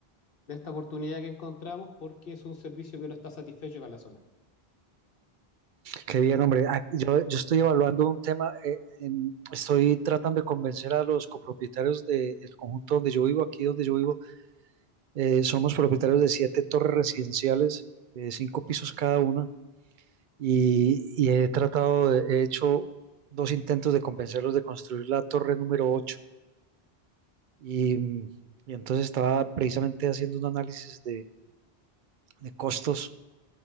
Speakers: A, on the left; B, on the right.
A: de esta oportunidad que encontramos, porque es un servicio que no está satisfecho con la zona.
B: Qué bien, hombre. Ah, Yo, yo estoy evaluando un tema, eh, en- estoy tratando de convencer a los copropietarios del conjunto donde yo vivo, aquí donde yo vivo. Eh, somos propietarios de siete torres residenciales, de cinco pisos cada una, y, y he tratado, de- he hecho dos intentos de convencerlos de construir la torre número ocho. Y, mm, y entonces estaba precisamente haciendo un análisis de, de costos